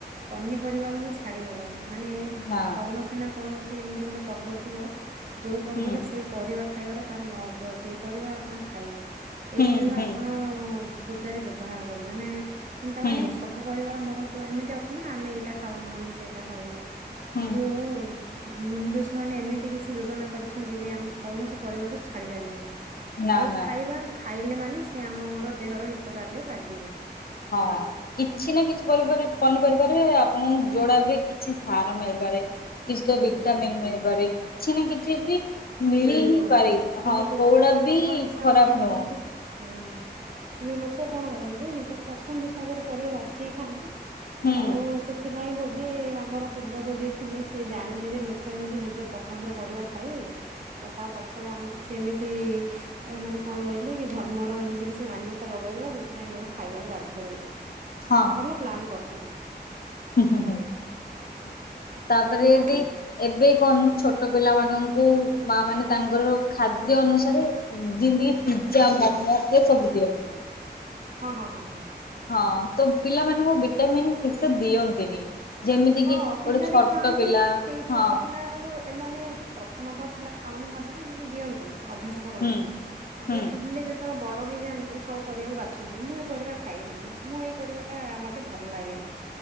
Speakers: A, on the right; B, on the left.
A: ପନିପରିବାକୁ ବି ଛାଡି ହବନି। ମାନେ
B: ନା
A: କୌଣସି ନା କୌଣସି ଏମିତି ଗୋଟେ ପର୍ବ ଥିବ, ଯୋଉ ପର୍ବରେ
B: ହୁଁ
A: ସେ ପରିବା ଖାଇବାର ତାର ମହତ୍ଵ ଅଛି। ଏଇ ପରିବା ଆପଣ ଖାଇବେ ଏଇ
B: ହୁଁ
A: ପରିବା
B: ହୁଁ
A: ହଁ, ପୂଜାରେ ବ୍ୟବହାର କରିବା ନା ତା
B: ହୁଁ
A: ମାନେ ସବୁ ପରିବା ମହତ୍ୱ ଏମିତି ଅଛନ୍ତି ନା ଆମେ ଏଇଟା ଖାଉନୁ, ଆମେ ସେଇଟା ଖାଉନୁ,
B: ହୁଁ
A: କିନ୍ତୁ ମୁନି ରୁଷ ମାନେ ଏମିତି କିଛି ଯୋଜନା କରିଛନ୍ତି ଯେ, ଆମେ କୌଣସି ପରିବାକୁ ଛାଡି ପାରିବାନି।
B: ନା
A: ଆଉ
B: ନା
A: ଖାଇବା। ଖାଇଲେ ମାନେ ସେ ଆମର ଦେହର ହିତକାରରେ ଲାଗିବ।
B: ହଁ କିଛି ନା କିଛି ପରିବାର ପନିପରିବାରେ ଆପଣଙ୍କୁ ଯୋଡା ବି କିଛି ସାର ମିଳିପାରେ। କିଛି ତ ଭିଟାମିନ
A: ହୁଁ ହୁଁ।
B: ମିଳିପାରେ। କିଛି ନା କିଛି ବି ମିଳି
A: ମିଳିବ।
B: ହିଁ ପାରେ
A: ହଁ କିନ୍ତୁ ଲୋକଙ୍କର
B: କୋଉଡା ବି
A: ପସନ୍ଦ ହିସାବରେ
B: ଖରାପ
A: କଣ
B: ନୁହଁ
A: କରନ୍ତି? ହୁଁ। କିନ୍ତୁ ଲୋକ କଣ କରନ୍ତି? ନିଜର ପସନ୍ଦ ହିସାବରେ ପରିବା ବାଛିକି ଖାଆନ୍ତି।
B: ହୁଁ
A: ଆଉ ସେ ଏଥିପାଇଁ ବୋଧେ ଆମର ପୂର୍ବ ଯୋ ଯିଏ ଥିଲେ, ସେ ଜାଣିଲେ ଯେ ଲୋକ ଏମିତି ନିଜ ପସନ୍ଦରେ ପରିବା ଖାଇବେ। ଆଉ ତା ପଛରେ ଆମେ କିଛି ଏମିତି ଆ ମାନେ କଣ କହିଲେ କି ଧର୍ମର ଏମିତି କିଛି ମାନ୍ୟତା ଲଗାଇଦବା ଯୋଉଥିପାଇଁ ଲୋକ ଖାଇବାକୁ ବାଧ୍ୟ ହେବେ।
B: ହଁ
A: ଭଲ ପ୍ଲାନ କରିଛନ୍ତି?
B: ହୁଁ ହୁଁ ହୁଁ। ତାପରେ
A: ନିହାତି
B: ଏବେ ଏବେ କଣ ଛୋଟ ପିଲା ମାନଙ୍କୁ ମା ମାନେ ତାଙ୍କର ଖାଦ୍ୟ ଅନୁସାରେ ଯେମିତି ପିଜ୍ଜା ମୋମୋ ଏ ସବୁ ଦିଅନ୍ତି।
A: ହଁ ହଁ ହଁ ହଁ।
B: ହଁ। ତ ପିଲାମାନଙ୍କୁ ବିଟାମିନ ଠିକ ସେ ଦିଅନ୍ତିନି। ଯେମିତି
A: ହଁ।
B: କିି
A: ପିଲା
B: ଗୋଟେ ଛୋଟ
A: ବି ଖାଆନ୍ତିନି
B: ପିଲା
A: ସେଇ
B: ହଁ
A: ଛୋଟ ପିଲା ଆଉ ଏମାନେ, ପ୍ରଥମ ତଃ ପିଲା ଖାଉନି ଭାବିକି ଏମାନେ ଦିଅନ୍ତିନି। ଅଭ୍ୟାସ କରନ୍ତିନି
B: ହୁଁ
A: ତାପରେ
B: ହୁଁ
A: ପିଲେ ଯେ ତ ବଡ଼ ହେଇଯାଆନ୍ତି ସବୁ ପରିବାକୁ ବାଛନ୍ତି ମୁଁ ଏ ପରିବା ଖାଇବିନି ମୁଁ ଏଇ ପରିବାଟା ମୋତେ ଭଲ ଲାଗେନି ତ